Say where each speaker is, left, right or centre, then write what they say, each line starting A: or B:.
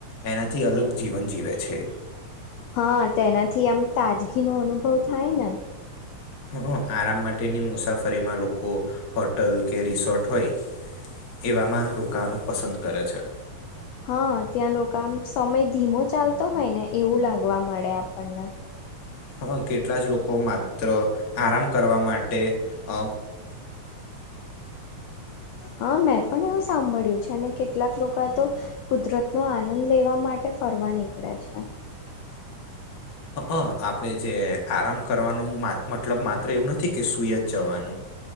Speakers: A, on the left; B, on the left.
A: એનાથી અલગ જીવન જીવે છે.
B: હા તેનાથી આમ તાજગી નો અનુભવ થાય ને.
A: અહં. આરામ માટેની મુસાફરીમાં લોકો હોટલ કે રિસોર્ટ હોય એવામાં રોકાવાનું પસંદ કરે છે.
B: હા. ત્યાં લોકો આમ સમય ધીમો ચાલતો હોય ને એવું લાગવા મળે આપણને.
A: અહં. કેટલા જ લોકો માત્ર આરામ કરવા માટે અહ
B: હા, મેં પણ એવું સાંભળ્યું છ અને કેટલાક લોકો તો કુદરત નો આનંદ લેવા માટે ફરવા નીકળે છે.
A: અહં આપ પણે જે આરામ કરવાનું મા મતલબ માત્ર એવું નથી કે સુઈ જ જવાનું.